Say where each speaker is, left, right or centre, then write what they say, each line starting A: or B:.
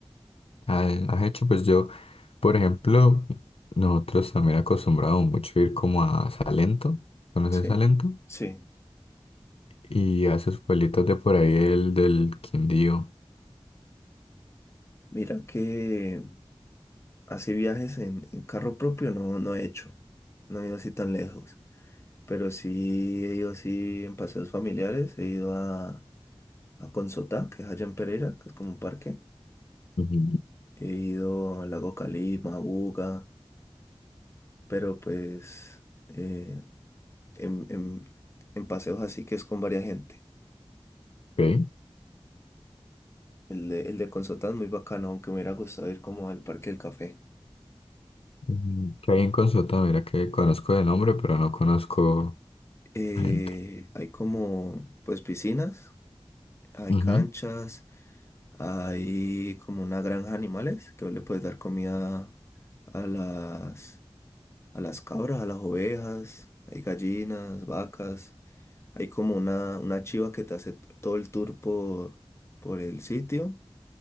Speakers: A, on the left (about 70°); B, on the left (about 25°).
A: ha- has hecho? Pues yo, por ejemplo, nosotros también acostumbramos mucho ir como a Salento, ¿conoces
B: Sí,
A: Salento?
B: sí.
A: Y a esos pueblitos de por ahí, el del Quindío.
B: Mira que así viajes en, en carro propio no, no he hecho. No he ido así tan lejos. Pero sí he ido así en paseos familiares, he ido a, a Consotá, que es allá en Pereira, que es como un parque.
A: Ujú.
B: He ido al lago Calima, a Buga, pero pues eh, en, en- en paseos así que es con varias gente.
A: Ok.
B: El de, el de Consotá es muy bacano, aunque me hubiera gustado ir como al Parque del Café.
A: Ujú. Que hay en Consulta, mira que conozco de nombre, pero no conozco
B: Eh,
A: adentro.
B: hay como pues piscinas, hay
A: Ujú,
B: canchas, hay como una granja de animales que vos le puedes dar comida a las a las cabras, a las ovejas, hay gallinas, vacas, hay como una, una chiva que te hace todo el tour por, por el sitio.